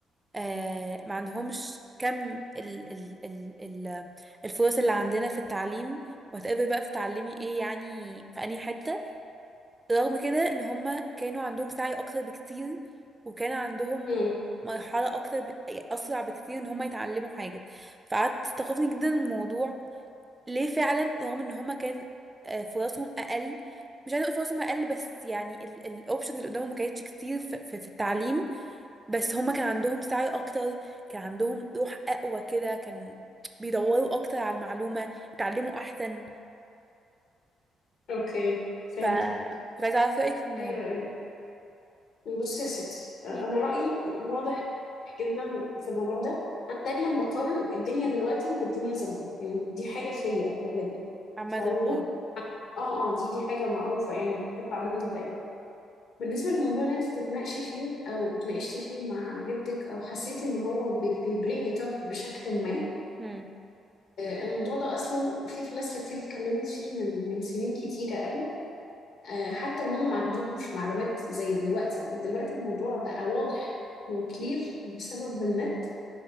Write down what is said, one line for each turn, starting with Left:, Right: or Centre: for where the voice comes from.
Right: آه ما عندهمش كم ال ال ال ال الفرص اللي عندنا في التعليم وهتقابل بقى بتتعلمي ايه يعني في انهي حتة رغم كده ان هما كانوا عندهم سعي اكتر بكتير وكان عندهم
Left: امم
Right: مرحلة اكتر ب... يعني اسرع بكتير ان هما يتعلموا حاجة فقعدت استخفني جدا من الموضوع ليه فعلا رغم ان هما كان آه، فرصهم اقل مش عايزه اقول فرصهم اقل بس يعني الاوبشن اللي قدامهم ما كانتش كتير في, في, في التعليم بس هما كان عندهم سعي اكتر كان عندهم روح اقوى كده كان بيدوروا اكتر على المعلومة اتعلموا احسن
Left: اوكي فهمت
Right: ف كنت عايزه اعرف رايك في الموضوع
Left: ايوه ايوه بص يا ستي انا
Right: مم.
Left: رايي واضح جدا في الموضوع ده انا دايما بقارن الدنيا دلوقتي بالدنيا زمان يعني دي حاجه فيا اوريدي
Right: عامة
Left: فوجود
Right: اه
Left: اه اه دي دي حاجه معروفه يعني بحب اعملها دايما بالنسبه للموضوع اللي انت تتناقشي فيه او اتناقشتي فيه مع جدك او حسيتي ان هو بيبرينج ات اب بشكل ما
Right: مم.
Left: آه، الموضوع ده اصلا في فلاسفه كتير اتكلمت فيه من من سنين كتيره آه، حتى وهم ما عندهمش معلومات زي دلوقتي يعني دلوقتي الموضوع بقى واضح وكلير بسبب النت